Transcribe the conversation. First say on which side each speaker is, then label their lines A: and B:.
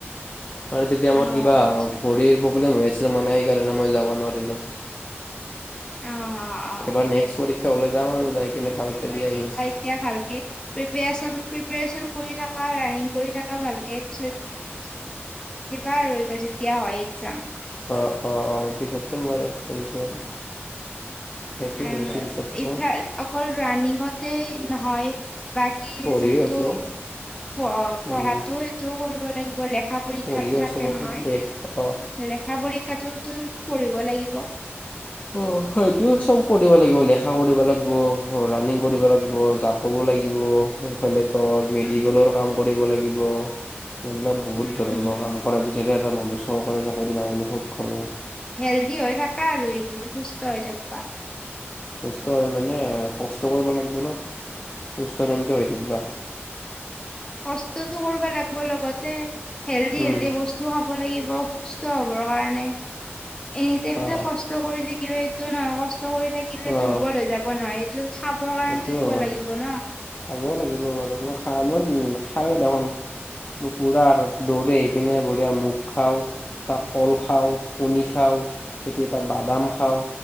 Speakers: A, on the left; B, on the left.
A: মানে তেতিয়া
B: অ
A: মোৰ কিবা
B: আচ্ছা
A: ভৰিৰ প্ৰব্লেম হৈ আছিল। মানে সেইকাৰণে মই যাব নোৱাৰিলোঁ।
B: অ অ অ
A: এইবাৰ নেক্সট পৰীক্ষা হ'লে যাম আৰু যাই কিনে ভালকে দি আহিম।
B: তেতিয়া ভালকে প্ৰিপিয়েচন, প্ৰিপিয়েচন কৰি থকা, ৰানিং কৰি থকা ভালকে। পিছত
A: <inaudible>
B: দিবা আৰু এইবাৰ, যেতিয়া হয় এক্সাম।
A: অঁ, অঁ, অঁ পিছতকে মই লগ কৰি চাম। সেইটোৱে।
B: আৰু
A: ভৱিষ্যতে, পিছত কম।
B: ইফাল অকল ৰানিঙতেই নহয়। বাকী
A: পঢ়িও
B: যোনটো
A: আছোঁ
B: প
A: উম
B: পঢ়াটো সেইটোও কৰিব লাগিব লেখা পৰীক্ষাতো
A: পঢ়িও
B: থাকে
A: আছোঁ বাৰু
B: নহয়।
A: দেই অ
B: লেখা পৰীক্ষাটোতো পঢ়িব লাগিব।
A: অ সেইটো চব কৰিব লাগিব লেখা কৰিব লাগিব ৰানিং কৰিব লাগিব জাপ। ক'ব লাগিব এইফালে ধৰ
B: উম
A: মেডিকেলৰ কাম কৰিব লাগিব এইবিলাক বহুত
B: উম
A: ধৰণৰ
B: উম
A: কাম। কৰাৰ পিছতহে এটা মানুহ চৰকাৰী চাকৰি পাবলৈ সক্ষম হয়।
B: হেল্ডি হৈ থাকা আৰু এইকেইদিন সুস্থ হৈ থাকিবা।
A: সুস্থ হৈ মানে কষ্ট কৰিব লাগিব না সুস্থ কেনেকৈ হৈ থাকিবা।
B: কষ্টতটো কৰিব লাগব লগতে হেল্ডি
A: উম
B: হেল্ডি বস্তু খাব খাব লাগিব সুস্থ হ'ব কাৰণে এনিটাইম
A: অ
B: যে ক কষ্ট কৰি থাকিলে এইটো নহয় কষ্ট কৰি থাকিলে
A: অ
B: দুৰ্বল হৈ যাব নহয়। খাবৰ কাৰণতো
A: সেইটো
B: দিব
A: হয়
B: লাগিব ন।
A: খাব লাগিব বাৰু মই খা মই খাওঁ দেখোন। পুৰা দৌৰি আহি পিনে বঢ়িয়া মোগ খাওঁ। বা কল খাওঁ কণী খাওঁ কেতিয়াবা বাদাম খাওঁ।